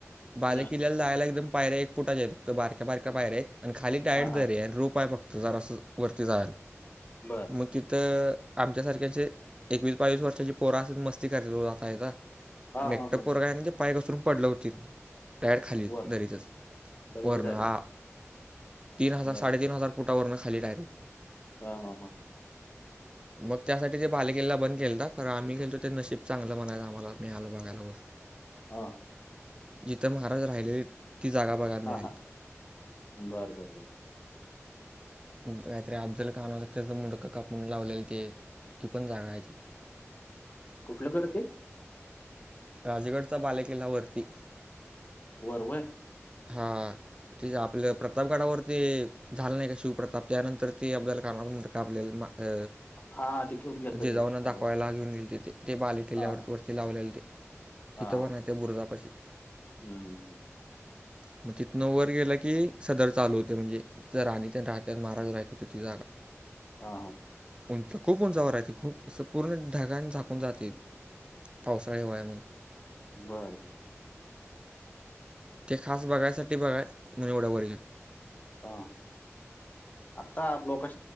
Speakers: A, on the right; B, on the left.
A: बाले
B: हा
A: किल्ल्याला जायला एकदम पायऱ्या बुटाचे फक्त बारक्या बारक्या पायर आहेत आणि खाली डायट
B: हा
A: दरी
B: हा
A: आणि रूप आहे फक्त जरा अस वरती जायला.
B: बर बर
A: लिखित आमच्यासारख्या जे एकवीस बावीस वर्षाची पोरा असतात मस्ती करतात जात आहे का?
B: हा
A: मेंटल
B: हा हा
A: पोरग
B: ह
A: हायजे पाय घसरून पडलं होती. टायर खाली
B: वर
A: दरीचंच
B: दरीच
A: वरन
B: डायरेक्ट
A: हाआ. तीन हजार
B: बर
A: साडेतीन हजार फुटावरून खाली डायरेक.
B: हा ह हा हा.
A: मग त्यासाठी ते बालेकिल्ला बंद केलता खरं आम्ही गेलतो ते नशीब चांगलं म्हणायचं आम्हाला. मी आलो बघायलावर
B: हा हा
A: जिथं महाराज राहिलेले ती जागा बघायला
B: हा
A: मिळाली
B: हा बर बर बर.
A: काहीतरी अफजलखान होत त्याचं मुडकं कापून लावलेल ते ती पण जागा हाय तिथ.
B: कुठलं करते.
A: राजगडचा बालेकिल्ला वरती.
B: परव...
A: हा ते आपलं प्रतापगडावर ते झालं नाही का शिवप्रताप त्यानंतर ते अफजलखान मुंडक कापलेल अ
B: हा हा ते घेऊन गेलत
A: जिजाऊना
B: ते बरोबर
A: दाखवायला घेऊन गेलते ते. ते बालेकिल्ल्यावरती
B: हा हा
A: वरती लावले ते.
B: हा
A: तिथं
B: हा हा.
A: पण आहेत त्या बुरजापाशी.
B: हम्म
A: मग तिथनं वर गेल की सदर चालू होते म्हणजे जिथं राणी राहायच्या महाराज राहत होते ती जागा.
B: हा हा हा ह.
A: उंच खूप उंचावर आहे ते खूप असं पूर्ण ढगाने झाकून जाते पावसाळ्या हिवाळ्यामध्ये.
B: बर.
A: ते खास बघायसाठी बघाय म्हणजे एवढ्या वर गेलो.
B: हा आता त्या वेळी